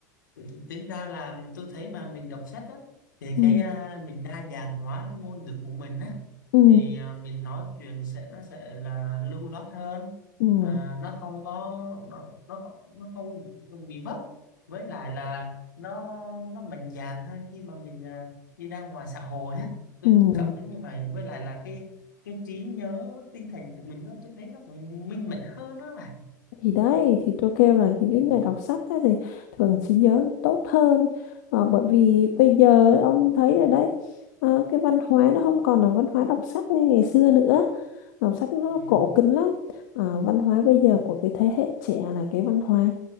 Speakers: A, on the left; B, on the left.
A: Ừ, tính ra là tôi thấy mà mình đọc sách á thì
B: Ừ.
A: cái à, mình đa dạng hóa cái ngôn ngữ của mình á
B: ừ
A: thì à, mình nói chuyện sẽ nó sẽ là lưu loát hơn
B: ừ
A: à, nó không có nó nó không- nó không bị vấp với lại là nó nó mạnh dạn hơn khi mà mình à, đi ra ngoài xã hội á tôi
B: ừ
A: tôi cảm thấy như vậy với lại là cái cái trí nhớ với tinh thần của mình nó tôi thấy nó cũng minh mẫn hơn đó mà
B: thì đấy thì tôi kêu là những cái
A: ừ.
B: người đọc sách á thì thường trí nhớ tốt hơn Ờ, bởi vì bây giờ ông thấy rồi đấy ờ, cái văn hóa nó không còn là văn hóa đọc sách như ngày xưa nữa đọc sách nó
A: Ừ.
B: cổ kính lắm Ờ, văn hóa bây
A: Ừ.
B: giờ của cái thế hệ trẻ là cái văn hóa